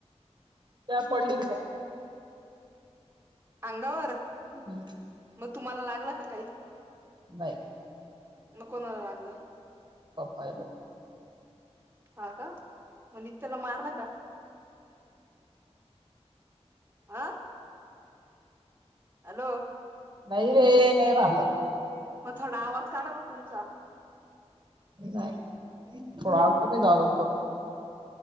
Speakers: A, on the right; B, on the right.
A: पडली
B: अंगावर
A: हातावर
B: मग तुम्हाला लागला का काही
A: नाही
B: मग कोणाला लागलं
A: पप्पाला
B: हा का मग नित्याला मारलं का आ हॅलो
A: नाही रे नाही बाप
B: मग थोडा आवाज काढा मग तुमचा
A: नाही थोडा आवाजात बोलायच